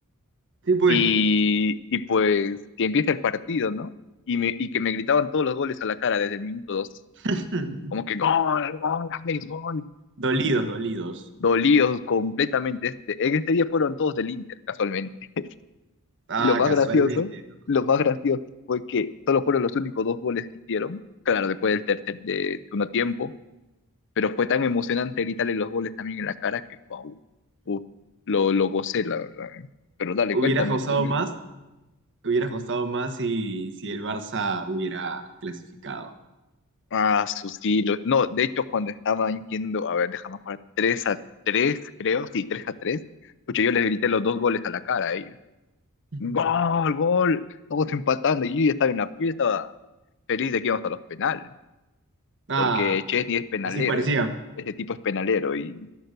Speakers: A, on the right; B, on the left.
A: Sí, pues.
B: Y, y pues que empieza el partido, ¿no? Y, me, y que me gritaban todos los goles a la cara desde el minuto dos.
A: <clears throat>
B: Como
A: <laughs>
B: que gol, gol, Alex, gol.
A: Dolidos, dolidos.
B: Dolidos completamente. Este, en ese día fueron todos del Inter, casualmente.
A: Ah,
B: Y lo más
A: casualmente.
B: gracioso,
A: ¿no?
B: lo más gracioso fue que solo fueron los únicos dos goles que hicieron. Claro, después del tercer de segundo tiempo, pero fue tan emocionante gritarle los goles también en la cara que wow, uf, lo, lo gocé, la verdad. ¿eh? Pero dale,
A: Hubieras
B: cuéntame
A: gozado
B: tú mismo.
A: más, hubieras gozado más si, si el Barça hubiera clasificado.
B: Ah, su- sí, lo- no, de hecho cuando estaban yendo, a ver, déjame jugar 3 a tres creo, sí, 3 a 3 pucha, yo les grité los dos goles a la cara a ellos.
A: Ujú.
B: Gol, gol, todos empatando, y yo ya estaba en la yo estaba feliz de que íbamos a los penales,
A: Ah,
B: porque Chesney es penalero,
A: así parecía.
B: este, este tipo es penalero, y